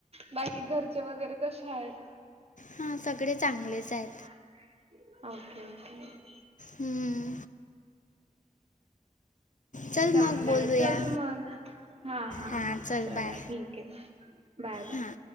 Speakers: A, on the right (about 45°); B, on the left (about 65°).
A: बाकी घरचे वगैरे कशे आहेत.
B: हा सगळे चांगलेच आहे
A: <unintelligible>
B: हम्म <unintelligible> चल
A: चांगलंय
B: मग बोलूया
A: चल मग हा हा
B: हां
A: हा
B: चल
A: चला
B: बाय
A: ठीक आहे. बाय बाय.
B: हां